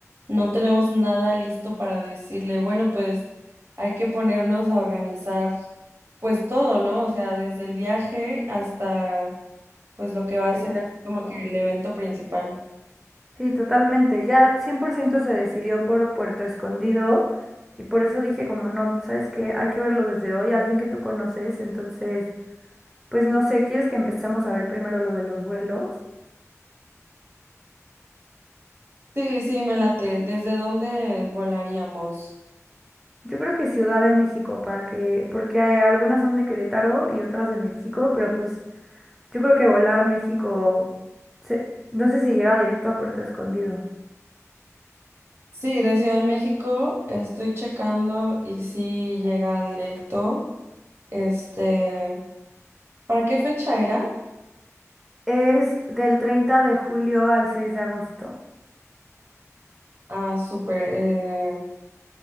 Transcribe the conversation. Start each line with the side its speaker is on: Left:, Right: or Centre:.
Right: no tenemos nada listo para decirle. Bueno, pues hay que ponernos a organizar pues todo, ¿no? O sea, desde el viaje hasta pues lo que va a
Centre: el
Right: ser
Centre: evento.
Right: así como que el evento principal.
Centre: Sí, totalmente. Ya 100% se decidió por Puerto Escondido y por eso dije como, no, ¿sabes qué? Hay que verlo desde hoy, al fin que tú conoces. Entonces, pues no sé, ¿quieres que empecemos a ver primero lo de los vuelos?
Right: Sí, sí, me late. ¿Desde dónde volaríamos?
Centre: Yo creo que Ciudad de México, para que, porque eh, algunas son de Querétaro y otras de México, pero pues Yo creo que volar México, se- no sé si llega directo a Puerto Escondido.
Right: Sí, de Ciudad de México estoy checando y sí llega directo. Este, ¿para qué fecha era?
Centre: Es del 30 de julio al 6 de agosto.
Right: Ah, súper. eh,